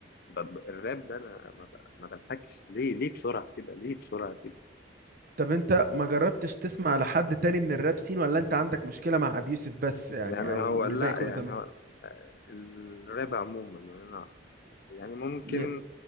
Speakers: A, on the left; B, on the right.
A: ب- ب- الراب ده انا ما ب- ما بلحقش ليه ليه بسرعه كده ليه بسرعه كده
B: طب انت ما جربتش تسمع لحد تاني من الراب سين ولا انت عندك مشكله مع ابي يوسف بس يعني
A: يعني
B: او
A: هو
B: والباقي
A: لا
B: كله
A: يعني
B: تمام
A: هو آه، الراب عموما يعني انا يعني ممكن
B: ي...